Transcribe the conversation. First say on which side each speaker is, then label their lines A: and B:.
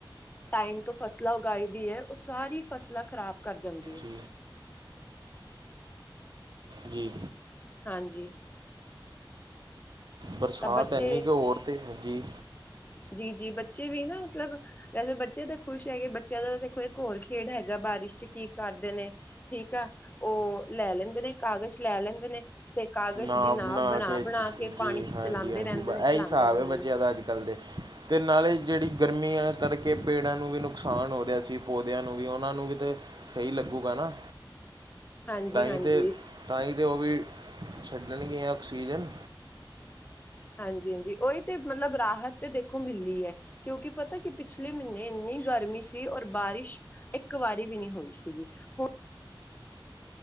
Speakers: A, on the left (about 20°); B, on the right (about 55°).
A: ਟਾਈਮ ਤੋਂ ਫਸਲ ਫਸਲਾਂ ਉਗਾਈ ਦੀ ਹੈ, ਉਹ ਸਾਰੀ ਫਸਲਾਂ ਖ਼ਰਾਬ ਕਰ ਜਾਂਦੀ ਹੈ।
B: ਹ ਜੀ!
A: ਹਾਂਜੀ!
B: ਬਰਸਾਤ
A: ਤਾਂ ਬੱਚੇ
B: ਇੰਨੀ ਕੁ ਹੋਰ ਤੇ ਹੈਜੀ
A: ਜੀ ਜੀ, ਬੱਚੇ ਵੀ ਨਾ, ਮਤਲਬ ਵੈਸੇ ਬੱਚੇ ਤਾਂ ਖੁਸ਼ ਹੈਗੇ, ਬੱਚਿਆਂ ਦਾ ਦੇਖੋ ਇੱਕ ਹੋਰ ਖੇਡ ਹੈਗਾ, ਬਾਰਿਸ਼ ਚ ਕੀ ਕਰਦੇ ਨੇ? ਠੀਕ ਆ, ਉਹ ਲੈ ਲੈਂਦੇ ਨੇ, ਕਾਗਜ਼ ਲੈ ਲੈਂਦੇ ਨੇ। ਤੇ ਕਾਗਜ਼
B: ਨਾ
A: ਦੀ ਨਾਵ
B: ਬਣਾ <inaudible> ਜੀ
A: ਬਣਾ ਕੇ ਪਾਣੀ ਚ
B: ਹਾਂਜੀ,
A: ਚਲਾਉਂਦੇ
B: ਹਾਂਜੀ!
A: ਰਹਿੰਦੇ
B: ਇਹਹੀ
A: ਨੇ ਚਲਾਉਂਦੇ
B: ਹਿਸਾਬ
A: ਰਹਿੰਦੇ
B: ਹੈ
A: ਨੇ
B: ਬੱਚਿਆਂ ਦਾ ਅੱਜ-ਕੱਲ੍ਹ ਦੇ। ਅਤੇ ਨਾਲੇ, ਜਿਹੜੀ ਗਰਮੀਆਂ ਕਰਕੇ ਪੇੜਾਂ ਨੂੰ ਵੀ ਨੁਕਸਾਨ ਹੋ ਰਿਹਾ ਸੀ, ਪੌਦਿਆਂ ਨੂੰ ਵੀ, ਉਹਨਾਂ ਨੂੰ ਵੀ ਤਾਂ ਸਹੀ ਲੱਗੇਗਾ ਨਾ,
A: ਹਾਂਜੀ
B: ਤਾਂਹੀ
A: ਹਾਂਜੀ
B: ਤਾਂ, ਤਹੀ ਤਾਂ ਉਹ ਵੀ ਛੱਡਣ ਗ ਆਕਸੀਜਨ।
A: ਹਾਂਜੀ ਹਾਂਜੀ, ਉਹੀ ਤੇ ਮਤਲਬ ਰਾਹਤ ਤੇ ਦੇਖੋ ਮਿਲਨੀ ਹੈ ਕਿਉਂਕਿ ਪਤਾ, ਕਿ ਪਿਛਲੇ ਮਹੀਨੇ ਇੰਨੀ ਗਰਮੀ ਸੀ। ਔਰ ਬਾਰਿਸ਼ ਇੱਕ ਵਾਰੀ ਵੀ ਨਹੀਂ ਹੋਈ ਸੀਗੀ ਹੁਣ।